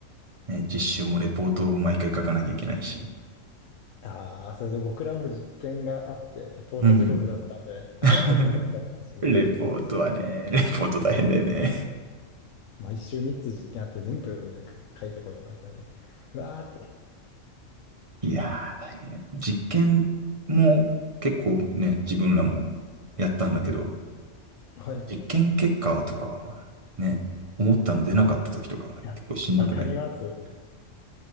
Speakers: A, on the right; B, on the left.
A: ね、実習もレポートを毎回書かなきゃいけないし。
B: ああ、それで僕らも実験があって、リポート時刻だったんで、
A: うん
B: あ、
A: うん。
B: ちょっと気持ち悪かったかもしれないです。
A: <laughs> レポートはね、レポート大変だよね。
B: 毎週3つ実験あって、全部書いてこいとかって言われて、ふわーって。
A: いやー、大変。実験も結構ね、自分らもやったんだけど、
B: はい。い
A: 実験結果とかはね、思ったの出なかった時とか結構しんどくない
B: やわかります。